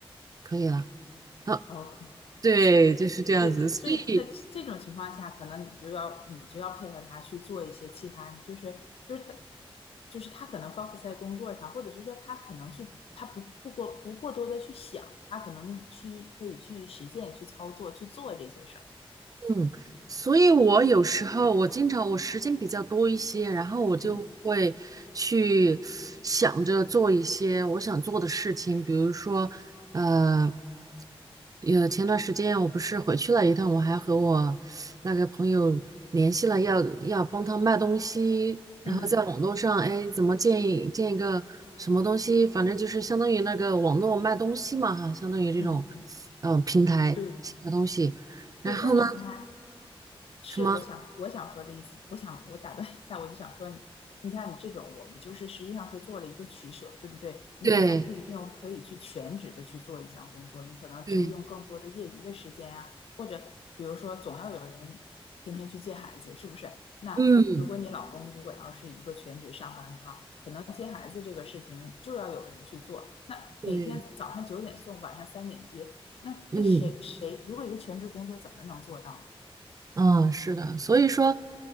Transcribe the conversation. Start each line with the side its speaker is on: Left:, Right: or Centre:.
Right: 可以了。好，
Left: ，OK。
Right: 对，就是这样子，
Left: 对，
Right: 所以。
Left: 所以那这这种情况下，可能你就要你就要配合他去做一些其他，就是就是他就是他可能 focus 在工作上，或者是说他可能去他不不过不过多的去想，他可能去可以去实践、去操作、去做这些事儿。
Right: 嗯，所以我有时候我经常我时间比较多一些，然后我就会去想着做一些我想做的事情，
Left: 嗯
Right: 比如说，呃，有前段时间我不是回去了一趟，我还和我那个朋友联系了要，要帮他卖东西，然后在网络上，
Left: 嗯
Right: 哎，怎么建议建一个什么东西，反正就是相当于那个网络卖东西嘛，哈，相当于这种，
Left: 嗯嗯，
Right: 嗯、呃平台写的东西，
Left: 对
Right: 然后呢，
Left: 对。但是你看，是我想我想说的意思，
Right: 什么？
Left: 我想我打断一下，我就想说你，你像你这种，我们就是实际上是做了一个取舍，对不对？你可能不一定可以去全职的去做一项工作，
Right: 对
Left: 你可能就用更多的业余的时间啊，
Right: 对，
Left: 或者比如说总要有人天天去接孩子，是不是？那如果你老公如果要是一个全职上班的话，
Right: 嗯
Left: 可能接孩子这个事情就要有人去做，那每天早上九点送，
Right: 对，
Left: 晚上三点接，那那谁谁如果一个全职工作怎么能做到呢？
Right: 嗯嗯，是的，所以说，